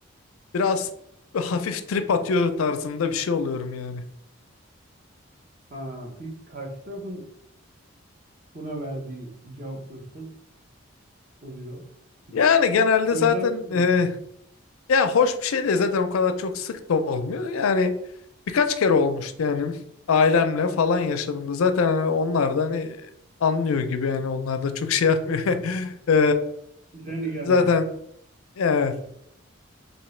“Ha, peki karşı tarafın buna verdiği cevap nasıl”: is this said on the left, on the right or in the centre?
Right